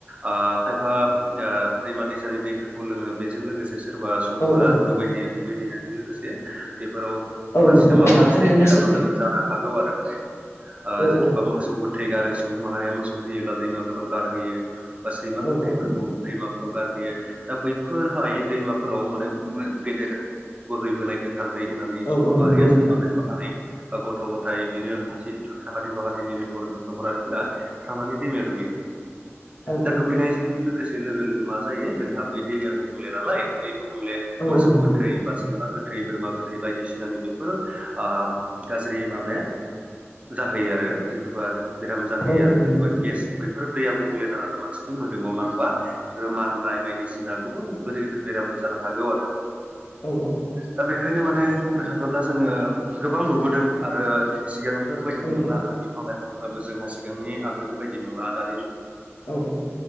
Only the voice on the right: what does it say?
आ आ खायफा ओ दैमा दै सानि दैफोरखौ लोङो बेजों लोगोसे सोरबा सुबुंफोरा
दुगैहैयो दुगैहैनायजों लोगोसे बे फोराव
मानसिनाव
माबा मोनसे
बेराम
आजार बो जानो हागौ आरो माने ओ
जिथुबा
मोसौ गो थै गारो सुबुं माहारिया मोसौ थैयोब्ला दैमाफोराव गारहोयो बा सैमा
गोथैफोरखौ
दैमाफोराव गारहोयो दा बैफोरहाय दैमाफोराव माने गेदेर बोहैबोनाय गोथार दै होनानै
सुबुं
माहारिया
सोरबा खायफा खानै बा गथ' गथाय बिदिनो थि साखाथि बाखाथि फाखाथिनि न' न'खरारि फोर थांनानै दैमाया दुगैयो
दा
दुगैनायजों लोगोसे लोगो लोगो मा जायो जों हा बै दैया गुबुंले नालाय बै गुबुंले
मोसौ
गोथै बा सैमा गो थै बोरमा गोथै बायदिसिनानि बेफोर ओ गाज्रि माबाया जाहोयो आरो जिथुबा बेराम जाहोयो
आरो
जिथुबा
गेस बैफोर दैया गुबुंले जानानै मानसिनि मोदोमाव नांबा बेफोरो माननाय बायदि बायदिसिना गोबां गिदिर गिदिर बेरामबो जानो हागौ आरो।
दा बेखायनो माने बुंनो थाङोब्ला जोङो गोबां नुबोदों आरो सिगांनिफोर बायदि
नंला आरो बिफां लाइफांफोराबो जोंहा सिगांनि आगोलनि बायदि नंला दानिुग